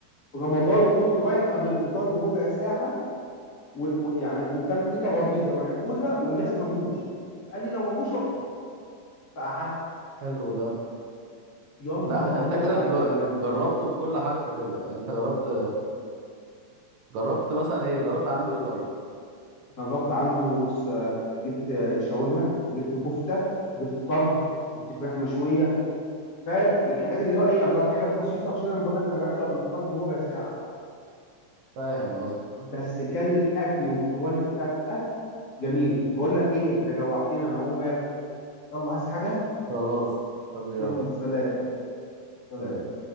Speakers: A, on the left; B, on the right.
A: في رمضان وكنت رايح قبل الفطار بربع ساعه و- ويعني وكان في ترابيزه محجوزه والناس ما جوش فقال لي لو ما جوش اقعد فقعدت
B: حلو ده
A: يا نهار
B: لا يعني انت
A: ابيض
B: كده
A: على
B: ج-
A: الجمال
B: جربته بكل حاجته كده يعني انت جربت جربت مثلا ايه جربت عنده ايه طيب
A: جربت عنده بص آه، جبت آه، شاورما وجبت كفته وجبت طرب جبت فراخ مشويه فاهم الحاجات اللي هو ايه انا طلبت حاجات بسيطه عشان انا بقول لك انا رايح له قبل الفطار بربع ساعه
B: فاهم قصدك
A: بس كان الاكل والكواليتي بتاعت الاكل جميله بقول لك ايه انت جوعتني انا هقوم اكل يلا عايز حاجه
B: خلاص طب يلا
A: يلا سلام سلام
B: سلام